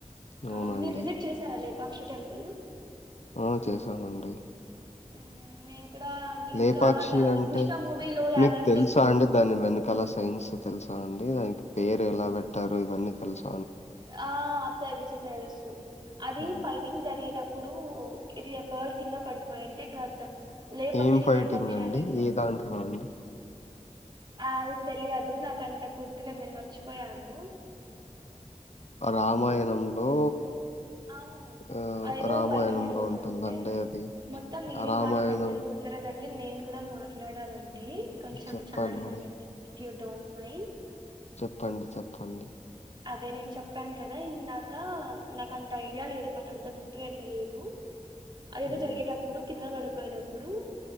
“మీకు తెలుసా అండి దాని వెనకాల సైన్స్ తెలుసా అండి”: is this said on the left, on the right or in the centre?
Left